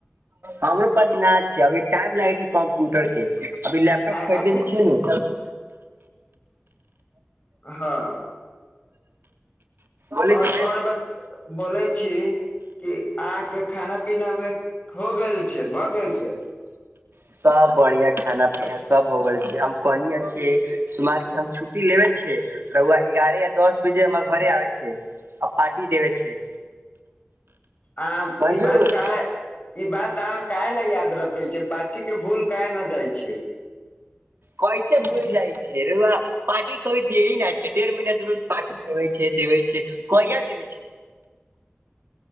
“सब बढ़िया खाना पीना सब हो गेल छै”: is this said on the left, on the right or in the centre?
Right